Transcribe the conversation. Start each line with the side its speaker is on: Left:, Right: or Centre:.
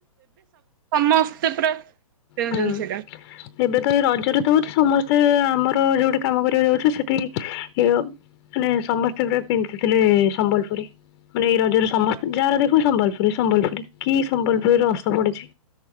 Right: ମସ୍ତେ ପୁରା ପିନ୍ଧୁଛନ୍ତି
Left: ହଁ
Right: ସେଇଟା।
Left: ଏବେ ତ ଏଇ ରଜରେ ତୋ ଅତି ସମସ୍ତେ ଆମର ଯୋଉଠି କାମ କରିଆକୁ ଯାଉଛୁ ସେଠି ଇଏ ନେ ସମସ୍ତେ ପୁରା ପିନ୍ଧିଥିଲେ ସମ୍ବଲପୁରୀ। ମାନେ ଏଇ ରଜରେ ସମସ୍ତେ ଯାହାର ଦେଖିବୁ ସମ୍ବଲପୁରୀ ସମ୍ବଲପୁରୀ କି ସମ୍ବଲପୁରୀ ରସ ପଡ଼ିଛି।